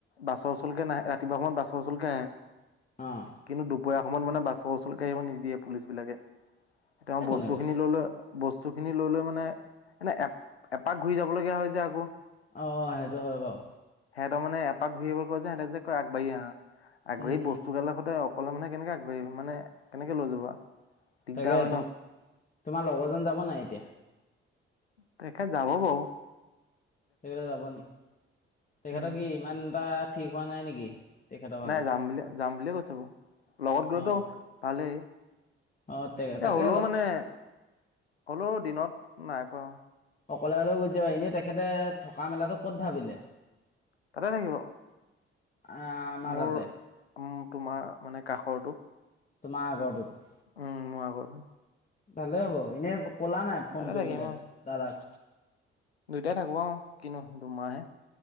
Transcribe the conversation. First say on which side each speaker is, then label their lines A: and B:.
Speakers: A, on the left; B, on the left.
A: বাছৰ ওচলকে নাহে ৰাতিপুৱা সময়ত বাছৰ ওচলকে আহে।
B: অঁ
A: কিন্তু দুপৰীয়া সময়ত মানে বাছৰ ওচৰকে আহিব নিদিয়ে পুলিচ বিলাকে। তেওঁ
B: এই
A: বস্তুখিনি
B: কোনে কৈছে
A: ললোঁ আৰ বস্তু খিনি লৈ -লৈ মানে এনে এপ - এপাক ঘূৰি যাব লগীয়া হয় যে আকৌ।
B: অ, সেইটো হয় বাও।
A: সিহতৰ মানে এপাক ঘূৰি আহ <unintelligible> কয় যে সিহঁতে যে কৈ আগবাঢ়ি আহা। আগবাঢ়ি
B: উম।
A: বস্তু গালৰ সৈতে প্ৰলম মানে কেনেকে আগবাঢ়ি মানে কেনেকে লৈ যাবা? দিগদাৰ
B: তাকে
A: হয়
B: তম
A: ন
B: তোমাৰ লগৰজন যাব নাই এতিয়া?
A: তেখেত যাব বাওঁ।
B: তেখেতে যাব নি? তেখেতৰ
A: উম
B: কি ইমান এটা ঠিক হোৱা নাই নেকি? তেখেতৰ ভাগৰ
A: নাই যাম বুলি যাম বুলিয়ে কৈছো বাৰু বলগত গলেতো
B: অঁ
A: ভালেই।
B: অঁ
A: এয়া
B: তাকে
A: হ'লেও মানে, হ'লেও দিনত নাই কৰা আৰু।
B: অকলে-লে গুচি যাবা এনেই তেখেতে থকা মেলাটো ক'ত ভাবিলে?
A: তাতে থাকিব।
B: আ আমাৰ
A: মোৰ
B: তাতে।
A: উম, তোমাৰ মানে কাষৰটো।
B: তোমাৰ আগৰটোক
A: উম, মোৰ আগত হয়।
B: ভালে হ'ব এনে কলা নাই ফোন
A: তাতে
B: কৰি
A: থাকিম
B: পেলাই
A: আৰু
B: দাদাক?
A: দুইটাই থাকো অহ কিনো দুমাহে।